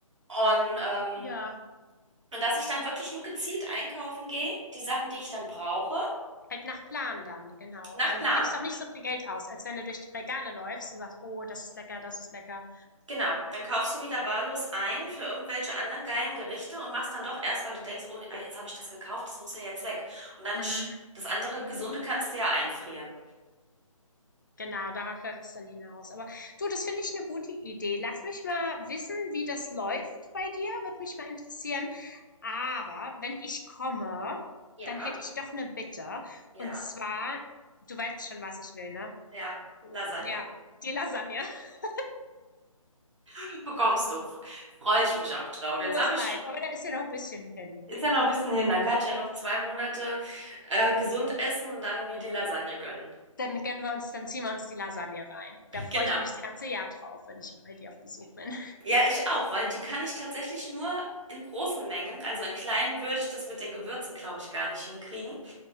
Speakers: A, on the right; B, on the left.
A: Und, ähm,
B: Ja,
A: und dass ich dann wirklich nur gezielt einkaufen gehe, die Sachen, die ich dann brauche,
B: halt nach Plan dann, genau.
A: nach
B: Dann
A: Plan.
B: gibst du auch nicht so viel Geld aus, als wenn du durch die Regale läufst und sagst: „Oh, das ist lecker, das ist lecker.“
A: Genau, dann kaufst du wieder wahllos ein für irgendwelche anderen geilen Gerichte und machst dann doch erst, weil du denkst, oh, ah, jetzt habe ich das gekauft, das muss ja jetzt weg. Und dann
B: Mhm.
A: sch- das andere Gesunde kannst du ja einfrieren.
B: Genau, darauf läuft es dann hinaus. Aber du, das finde ich eine gute Idee. Lass mich mal wissen, wie das läuft bei dir. Würde mich mal interessieren. Aber wenn ich komme,
A: Ja,
B: dann hätte ich doch eine Bitte.
A: ja,
B: Und zwar, du weißt schon, was ich will, ne?
A: ja. Lasagne
B: Ja, die Lasagne. <laughs>
A: <laughs> bekommst du. Freue ich mich auch drauf.
B: Die
A: Jetzt
B: muss
A: habe
B: sein.
A: ich,
B: Aber da ist ja noch ein bisschen hin.
A: ist ja noch ein bisschen hin, dann kann ich ja noch zwei Monate äh, gesund essen und dann mir die Lasagne gönnen.
B: Dann gönnen wir uns, dann ziehen wir uns die Lasagne rein. Da freue
A: Genau.
B: ich mich das ganze Jahr drauf, wenn ich bei dir auf Besuch bin.
A: Ja, ich auch, weil die kann ich tatsächlich nur in großen Mengen. Also in kleinen würde ich das mit den Gewürzen, glaube ich, gar nicht hinkriegen.